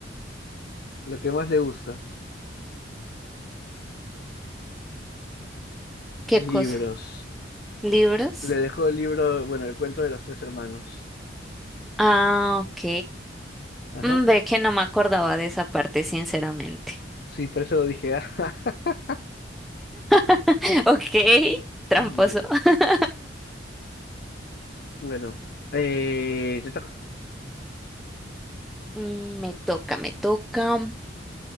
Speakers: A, on the left (about 55°); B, in the centre.
A: Lo que más le gusta,
B: ¿Qué
A: libros.
B: cosa? ¿Libros?
A: Le dejó el libro, bueno, el cuento de los tres hermanos.
B: Ah, ok.
A: Ajá,
B: Mm, ve que no me acordaba de esa parte, sinceramente.
A: sí, por eso lo dije. <laughs>
B: <laughs> Ok, tramposo.
A: Ye-
B: <laughs>
A: Bueno, eh, te toca.
B: Mm, me toca, me toca.